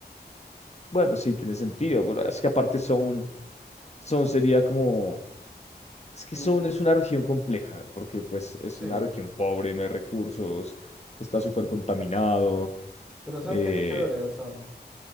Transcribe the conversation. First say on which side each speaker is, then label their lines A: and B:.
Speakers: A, on the left (about 40°); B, in the centre.
A: Bueno, sí, tiene sentido, pero es que aparte son, son sería como, es que
B: Y
A: son
B: u-
A: es una región compleja, porque pues es
B: sí,
A: una región pobre, no hay recursos, está súper contaminado,
B: pero ¿sabes
A: eh,
B: qué es chévere de Son?